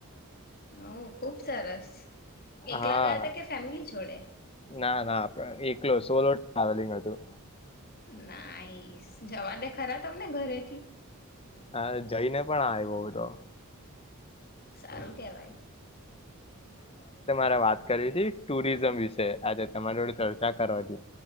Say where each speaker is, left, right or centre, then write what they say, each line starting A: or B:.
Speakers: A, on the left; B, on the left.
A: હ ખુબ સારસ. એકલા
B: હા
A: ગયા હતા કે ફેમિલી છોડે.
B: ના ના એકલો સોલો ટ્રાવેલિંગ હતું
A: નાઈસ જવા દે ખરા તમને ઘરેથી.
B: હા જઈને પણ આવ તો.
A: સારું કેવાય.
B: રે વાત કરી છે ટુરિઝમ વિશે આજે તમારી જોડ ચર્ચા કરવાથી.